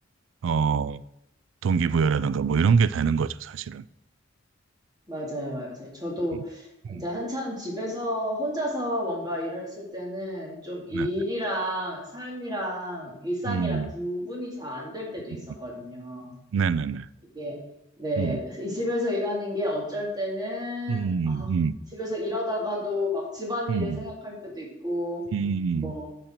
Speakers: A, on the right (about 75°); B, on the right (about 20°).
A: 어 동기부여라든가 뭐 이런 게 되는 거죠 사실은.
B: 맞아요, 맞아요. 저도
A: 음, 음,
B: 이제 한참 집에서 혼자서 뭔가 일을 했을 때는 좀 일이랑
A: 네,
B: 삶이랑 일상이랑
A: 음,
B: 구분이 잘 안 될 때도
A: 음,
B: 있었거든요.
A: 음. 네네네,
B: 이게, 네.
A: 음,
B: 이 집에서 일하는 게 어쩔 때는,
A: 음,
B: 아,
A: 음,
B: 집에서 일하다가도 막 집안일을
A: 음,
B: 생각할 때도 있고,
A: 음, 음,
B: 뭐,